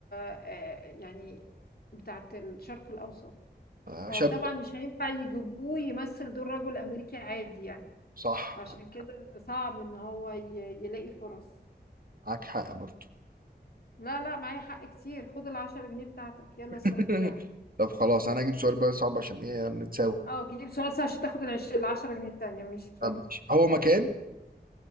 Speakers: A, on the left (about 60°); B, on the right (about 55°).
A: آه يعني بتاعت الشرق الأوسط
B: آه
A: فطبعا
B: شاب
A: مش هينفع يجيبوه يمثل دور رجل أمريكي عادي يعني
B: صح
A: فعشان
B: معاك
A: كده صعب إن هو ي- يلاقي فرص
B: معاك حق برضه
A: لا لا معايا حق كتير خد العشرة جنيه بتاعتك يلا
B: <laughs>
A: السؤال بتاعك
B: طب خلاص انا هجيب سؤال بقى صعب عشان ايه نتساوى
A: اه جيب سؤال سهل عشان تاخد العش... العشرة جنيه التانية ماشي اتفضل
B: طب ماشي. هو مكان